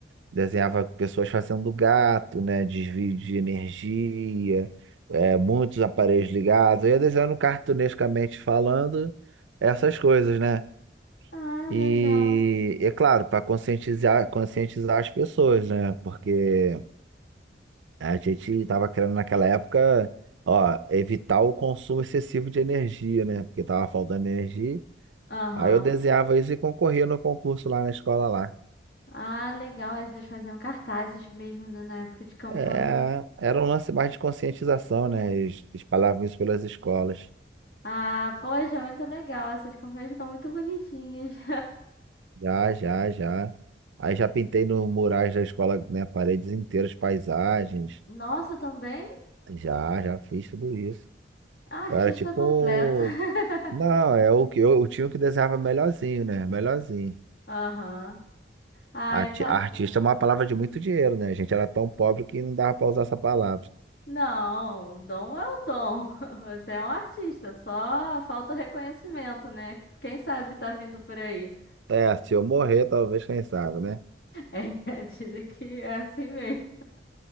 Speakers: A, on the right; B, on the left.
A: desenhava pessoas fazendo gato, né? Desvio de energia, é, muitos aparelhos ligados. Eu ia desenhando cartunescamente falando essas coisas, né?
B: Ah,
A: E
B: legal.
A: é claro, para conscientizar, conscientizar as pessoas, né? Porque A gente estava querendo naquela época, ó, evitar o consumo excessivo de energia, né? Porque tava faltando energia.
B: Aham.
A: Aí eu desenhava isso e concorria no concurso lá na escola lá.
B: Ah, legal. Aí vocês faziam cartazes mesmo, né, na época de campanha.
A: É, era um lance mais de conscientização, né? Eles espalhavam isso pelas escolas.
B: Ah, poxa, muito legal. Essas campanhas ficam muito bonitinhas. <laughs>
A: Já, já, já. Aí já pintei no murais da escola, né? Paredes inteiras, paisagens.
B: Nossa, também?
A: Já, já fiz tudo isso.
B: Ah, Artista
A: Eu era tipo.
B: completo. <laughs>
A: Não, é o que eu, eu tinha o que desenhava melhorzinho, né? Melhorzinho.
B: Aham. Ai,
A: Arti-
B: tá
A: Artista
B: bom.
A: é uma palavra de muito dinheiro, né? A gente era tão pobre que não dava pra usar essa palavra.
B: Não, o dom é o dom. <laughs> Você é um artista, só falta o reconhecimento, né? Quem sabe tá vindo por aí.
A: É, se eu morrer, talvez, quem sabe, né?
B: <laughs> É, dizem que é assim mesmo.